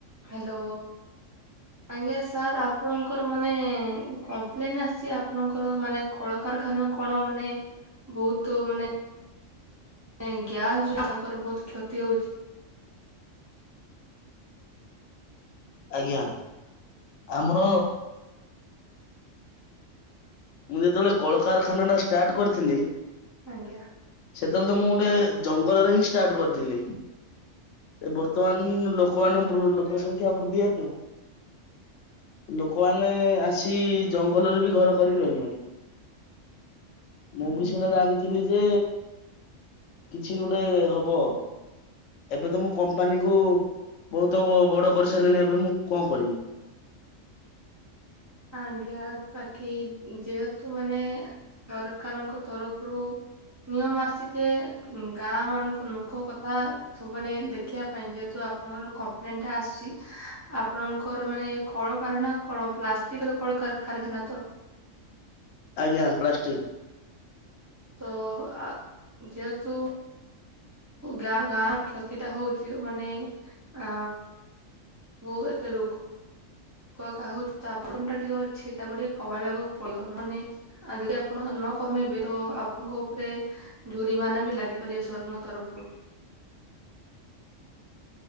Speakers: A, on the right; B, on the left.
A: Hello. ଆଜ୍ଞା sir ଆପଣଙ୍କର ମାନେ କମ୍ପ୍ଲେନ ଆସିଛି ଆପଣଙ୍କର ମାନେ କଳକାରଖାନା କଣ ମାନେ ବହୁତୁ ମାନେ ଗ୍ୟାସ ଯୁ ତାଙ୍କର ବହୁତ କ୍ଷତି ହଉଚି <inaudible>
B: ଆଜ୍ଞା ଆମର ମୁଁ ଯେତେବେଳେ କଳକାରଖାନା ଟା ଷ୍ଟାର୍ଟ କରିଥିଲି
A: ଆଜ୍ଞା।
B: ତାହେଲେ ମୁଁ ଗୋଟେ ଜଙ୍ଗଲରେ ହିଁ ଷ୍ଟାର୍ଟ କରିଥିଲି। ଏ ବର୍ତ୍ତମାନ ଲୋକାନ ଲୋକ ସଂଖ୍ୟା ବୃଦ୍ଧି ହେତୁ ଲୋକମାନେ ଆସି ଜଙ୍ଗଲରେ ବି ଘର କରି ରହିଲେଣି। ମୁଁ ବି ସେଇଟା ଜାଣିଥିଲି ଯେ କିଛି ଗୋଟେ ହବ। ଏବେ ତ ମୁଁ କମ୍ପାନୀ କୁ ବହୁତ ବଡ କରିସାରିଲିଣି ଏବେ ମୁଁ କଣ କରିବି।
A: ଆଜ୍ଞା ବାକି ଯେହେତୁ ମାନେ ସରକାରଙ୍କ ତରଫରୁ ନିୟମ ଆସିଛି ଯେ ଗାଁ ମାନଙ୍କ ଲୋକ କଥା ସବୁମାନେ ଦେଖିବା ପାଇଁ ଯେହେତୁଆ ର ଗୋଟ କମ୍ପ୍ଲେନ ଟା ଆସିଛି ଆପଣଙ୍କର ମାନେ କଳ କାରଣା କଣ ପ୍ଲାଷ୍ଟିକ ର କଣ କାରଖାନା ତ
B: ଆଜ୍ଞା ପ୍ଲାଷ୍ଟିକ୍
A: ତ ଯେହେତୁ ଗାଁ ଗାଁ କ୍ଷତି ଟା ହଉଛି ମାନେ ଅ ବ ଏତେ ରୋଗ କୁ କାହାଉଛ ଚାପଟନ ଟା ଟିକେ ଅଛି ତାକୁ ଟିକେ କମେଇବାକୁ ପଡିବ ନହେ ଆଉ ଯଦି ଆପଣ ନ କମେଇବେ ତ ଆପଣଙ୍କ ଉପରେ ଜୁରିମାନା ବି ଲାଗିପାରିବ ସରକାରଙ୍କ ତରଫରୁ। <inaudible>